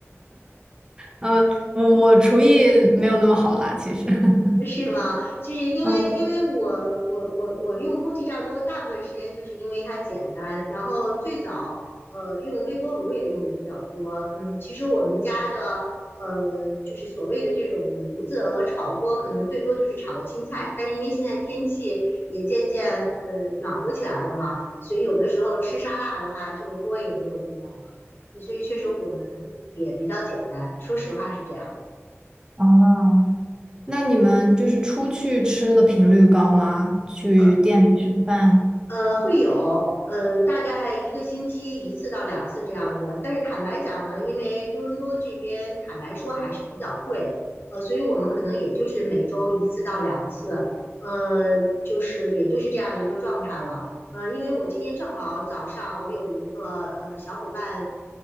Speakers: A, on the right; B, on the left.
A: 嗯，我我厨艺没有那么好啦，其实。<laughs>
B: 是吗？其实因为因为我我我我用空气炸锅大部分时间就是因为它简单，
A: 嗯，
B: 然后最早呃用微波炉也用的比较多。嗯，其实我们家的呃就是所谓的这种炉子和炒锅，可能最多就是炒个青菜，但是因为现在天气也渐渐呃暖和起来了嘛，所以有的时候吃沙拉的话，这个锅也没有必要了。所以确实我们也比较简单，说实话是这样。
A: 哦，那你们就是出去吃的频率高吗？去店里吃饭？
B: 呃，呃，会有，呃，大概一个星期一次到两次这样子。但是坦白讲呢，因为多伦多这边坦白说还是比较贵，呃，所以我们可能也就是每周一次到两次，呃，就是也就是这样一个状态了。呃，因为我今天正好早上我有一个呃小伙伴呃